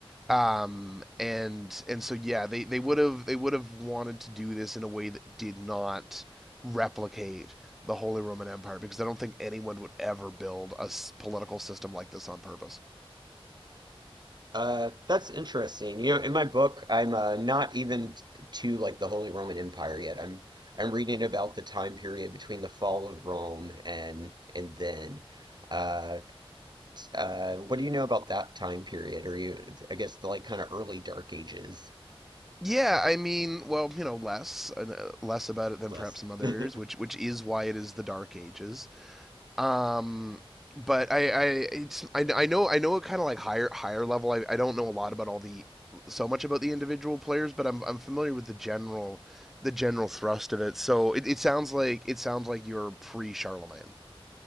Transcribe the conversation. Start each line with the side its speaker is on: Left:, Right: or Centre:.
Centre: Um, and and so yeah, they they would have they would have wanted to do this in a way that did not replicate the Holy Roman Empire, because I don't think anyone would ever build a s- political system like this on purpose.
Right: Uh, that's interesting. You know, in my book, I'm uh, not even to like the Holy Roman Empire yet. I'm I'm reading about the time period between the fall of Rome and and then. Uh, uh, what do you know about that time period? Are you, I guess, the like kind of early Dark Ages?
Centre: Yeah, I mean, well, you know, less uh, less about it than
Right: Less.
Centre: perhaps some other
Right: <laughs>
Centre: areas, which which is why it is the Dark Ages. Um, but I, I it's I, I know I know a kind of like higher higher level. I, I don't know a lot about all the so much about the individual players, but I'm I'm familiar with the general the general thrust of it. So it, it sounds like it sounds like you're pre Charlemagne.